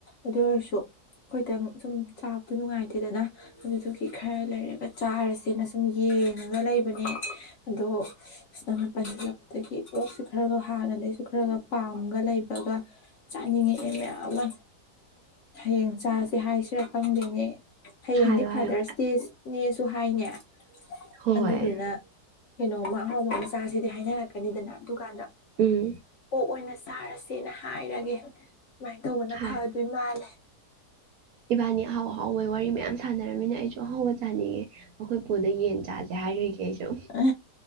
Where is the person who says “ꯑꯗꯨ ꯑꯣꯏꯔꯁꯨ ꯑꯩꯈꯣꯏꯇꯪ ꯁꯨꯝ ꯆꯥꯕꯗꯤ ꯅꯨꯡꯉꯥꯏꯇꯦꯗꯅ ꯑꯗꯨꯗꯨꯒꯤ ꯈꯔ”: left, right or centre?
Left